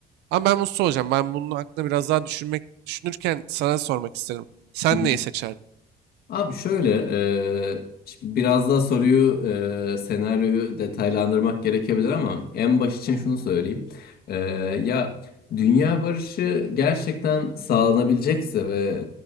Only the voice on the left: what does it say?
hı.
Abi şöyle, e, şimdi biraz daha soruyu, e, senaryoyu detaylandırmak gerekebilir ama en baş için şunu söyleyeyim. E, ya dünya barışı gerçekten sağlanabilecekse ve